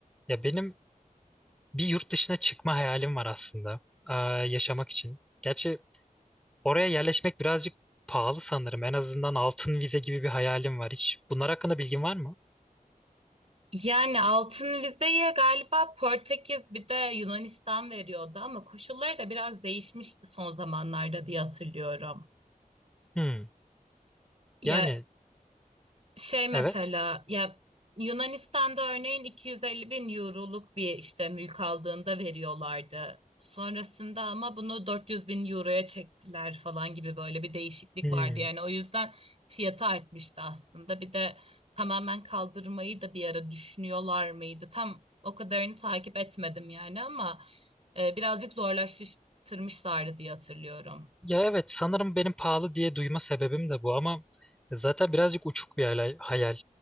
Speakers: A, in the centre; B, on the right.
A: Ya benim bir yurt dışına çıkma hayalim var aslında. Aa, yaşamak için. Gerçi oraya yerleşmek birazcık pahalı sanırım. En azından altın vize gibi bir hayalim var. Hiç bunlar hakkında bilgin var mı?
B: Yani altın vizeye galiba Portekiz bir de Yunanistan veriyordu ama koşulları da biraz değişmişti son zamanlarda diye hatırlıyorum.
A: Hmm.
B: Ya
A: Yani
B: Şey mesela
A: evet.
B: ya Yunanistan'da örneğin 250 bin euroluk bir işte mülk aldığında veriyorlardı. Sonrasında ama bunu 400 bin euroya çektiler falan gibi böyle bir değişiklik
A: Hmm.
B: vardı. Yani o yüzden fiyatı artmıştı aslında. Bir de tamamen kaldırmayı da bir ara düşünüyorlar mıydı? Tam o kadarını takip etmedim yani ama e, birazcık zorlaştırmışlardı diye hatırlıyorum.
A: Ya evet sanırım benim pahalı diye duyma sebebim de bu ama zaten birazcık uçuk bir hayal. hayal.